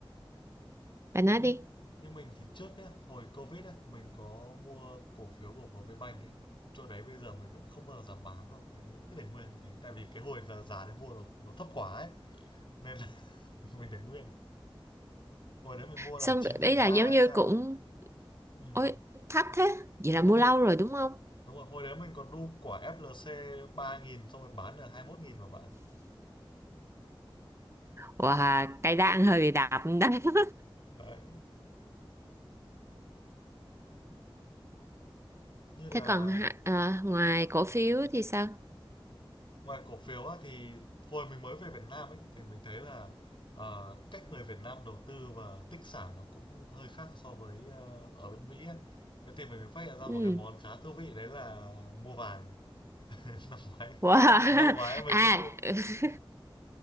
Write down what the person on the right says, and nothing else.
bà nói
đi
xong
ý
là giống
như
cũng
Ôi, thấp thế. Vậy là
mua
lâu rồi đúng không?
Wow, cây đa hơi bị đạp đó. <laughs>
Thế còn hạ- à, ngoài cổ phiếu thì sao?
Ừ.
Wow. <laughs>
À,
<laughs>